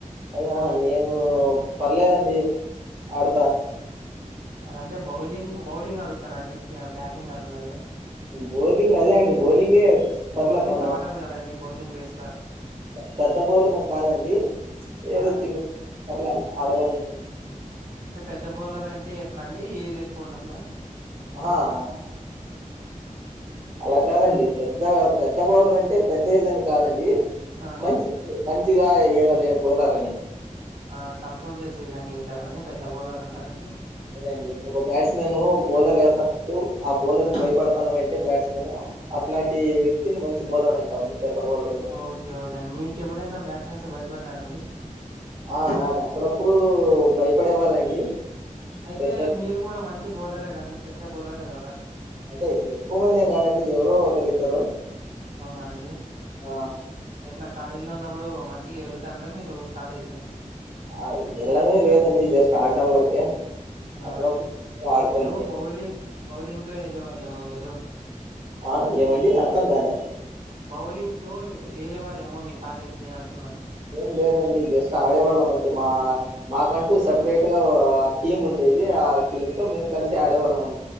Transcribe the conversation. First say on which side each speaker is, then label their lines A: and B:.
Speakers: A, on the right; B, on the right.
A: అద నేను పర్లేదండి ఆడతా
B: అంటే బౌలింగ్ బౌలింగ్ అడుగుతానండి బ్యాటింగ్ అడలేదు
A: బౌలింగ్ అదే అండి బౌలింగే పర్లే
B: బౌలింగ్
A: బాల
B: ఆడరు కదండి బౌలింగ్ వేస్
A: పెద్ద బోలరు కాదండి ఏదో
B: ఆ
A: చిన్న పర్ల ఆడగలను
B: ఆ అంటే పెద్ద బొలర అంటే ఎట్లా అండి ఏజ్ ఎక్కువ ఉండాల
A: ఆహ అలా కాదండి పెద్ద పెద్ద బౌలర్ అంటే పెద్ద ఏజ్ అని కాదండి
B: ఆ
A: మంచి మంచిగా ఏయగలిగే బోలరని
B: ఆ కంట్రోల్ చేసే విధంగా ఏసేవాళ్ళని పెద్ద బౌలర్ అంటారండి
A: అదే అండి ఒక బ్యాట్స్ మన్ బౌలర్ ఏసెప్పుడు ఆ బౌలర్ కి భయపడుతున్నాడంటే బ్యాట్స్మెన్ అట్లాంటి వ్యక్తిని మంచి బౌలర్ అంటామండి పెద్ద బౌలరు
B: ఓకే ఓకే అండి మీకెప్పుడైనా బ్యాట్మెన్స్ భయపడినారండి
A: ఆ నాకు అప్పుడప్పుడు భయపడేవాళ్ళండి
B: అయితే
A: పెద్ద పెద్ద
B: మీరు కూడా మంచి బౌలరే గదండి పెద్ద బౌలరే గదా
A: అంటే ఎక్కువ మంది ఏం కాదండి ఎవరు ఒకరిద్దరు
B: అవునండి
A: ఆ
B: ఎట్లా కాలేజీలో ఉన్నప్పుడు మంచిగా ఏళతాండ్ర మీరు కాలేజీ ని
A: ఆ ఏళ్డమే లేదండి జస్ట్ ఆడడం వరకే
B: ఆ
A: అప్పుడప్పుడు ఆడుతుంటి
B: ఏమో బౌలింగ్ బౌలింగ్తో ఏలే వాళ్ళేమో మీరు
A: ఆ ఏ వండి అర్ధం కాల
B: బౌలింగ్ తో ఏలేవారేమో మీ కాలేజీ ని అంటున్నా
A: ఏం లేదండి జస్ట్ ఆడేవాళ్ళం అంతే మా మాకంటూ సపరేట్ గా ఒక టీమ్ ఉండే ది ఆ టీమ్ తో మేము కలిసి ఆడేవాళ్ళం అం